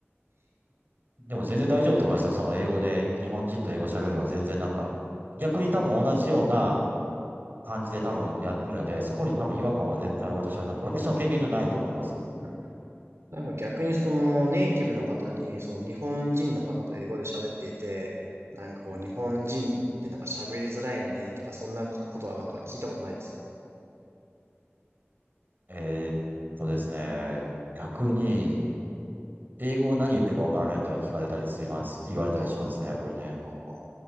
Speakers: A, on the right; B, on the right.
A: でも全然大丈夫だと思いますよ。その英語で、日本人と英語喋るのは全然なんか、逆に多分同じような感じで多分やってるので、そこに多分違和感は絶対私はな、
B: うんうん
A: 私の経験上ないと思います。
B: うんなんか逆にそのネイティブの方に、その日本人の方と英語で喋っていて、なんかこう日本人ってなんか喋りづらいねとかそんなことはなんか聞いたことないんですか
A: うん。えーっとですね、逆に、英語を何言ってるかわからないとは聞かれたりします。言われたりしますね、
B: ああ、
A: やっぱりね。
B: ああ、ああ。